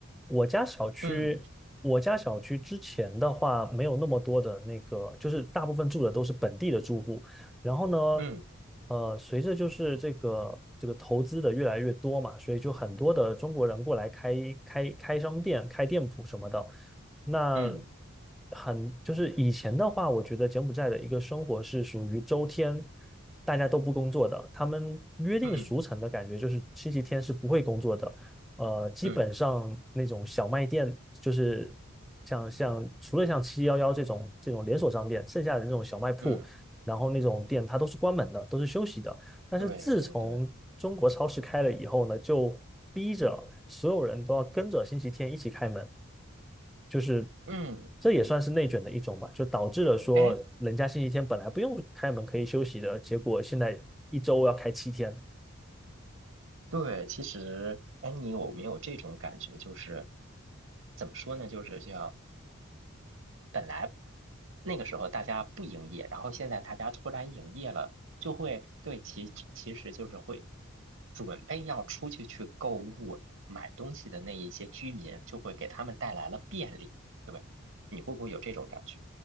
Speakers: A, in the centre; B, on the right (about 65°).
A: 我家小区，
B: 嗯
A: 我家小区之前的话没有那么多的那个，就是大部分住的都是本地的住户。然后呢，
B: 嗯
A: 呃，随着就是这个这个投资的越来越多嘛，所以就很多的中国人过来开开开商店、开店铺什么的。那
B: 嗯
A: 很就是以前的话，我觉得柬埔寨的一个生活是属于周天大家都不工作的，他们约定俗成的感觉就是星期天是不会工作的。
B: 嗯
A: 呃，基本上那种小卖店，
B: 嗯
A: 就是像像除了像七幺幺这种这种连锁商店，剩下的那种小卖铺，
B: 嗯，
A: 然后那种店它都是关门的，都是休息的。但是自从中国超市开了以后呢，
B: 对对对，
A: 就逼着所有人都要跟着星期天一起开门。就是
B: 嗯，
A: 这也算是内卷的一种吧，就导致了说人家星期天本来不用开门可以休息的，
B: 哎，
A: 结果现在一周要开七天，
B: 对，其实哎，你有没有这种感觉？就是怎么说呢？就是叫。本来那个时候大家不营业，然后现在大家突然营业了，就会对其其实就是会准备要出去去购物买东西的那一些居民，就会给他们带来了便利。对吧，你会不会有这种感觉？